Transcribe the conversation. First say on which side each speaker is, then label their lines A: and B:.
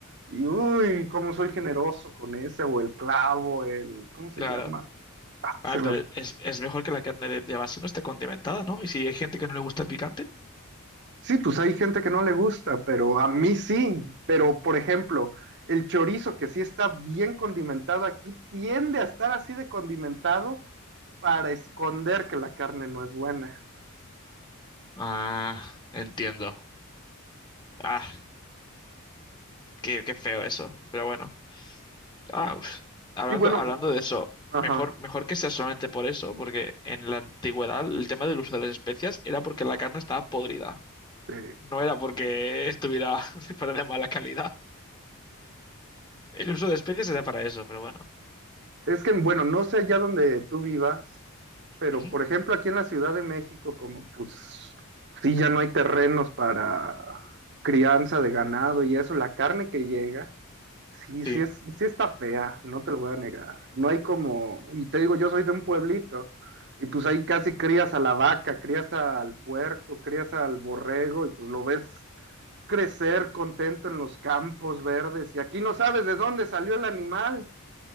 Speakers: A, on the right; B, on the left.
A: Y uy, cómo soy generoso con ese, o el clavo, el, ¿cómo se
B: claro.
A: llama? Ah, Se
B: Ah,
A: me-
B: pero es, es mejor que la carne de, de base no esté condimentada, ¿no? Y si hay gente que no le gusta el picante.
A: Sí, pues hay gente que no le gusta, pero a mí sí. Pero, por ejemplo, el chorizo, que sí está bien condimentado aquí, tiende a estar así de condimentado para esconder que la carne no es buena.
B: Ah, entiendo. Ah, qué, qué feo eso. Pero bueno. Ah, uf. Hablando,
A: Y bueno,
B: hablando de eso,
A: ajá,
B: mejor, mejor que sea solamente por eso, porque en la antigüedad el tema del uso de las especias era porque la carne estaba podrida.
A: sí.
B: No era porque estuviera <laughs> fuera de mala calidad. El uso de especias era para eso, pero bueno.
A: Es que, bueno, no sé allá donde tú vivas, pero
B: Ujú,
A: por ejemplo aquí en la Ciudad de México, como pues sí, ya no hay terrenos para crianza de ganado y eso, la carne que llega, sí, sí,
B: Sí.
A: es, sí está fea, no te lo voy a negar. No hay como, y te digo, yo soy de un pueblito, y pues ahí casi crías a la vaca, crías al puerco, crías al borrego, y pues lo ves crecer contento en los campos verdes, y aquí no sabes de dónde salió el animal,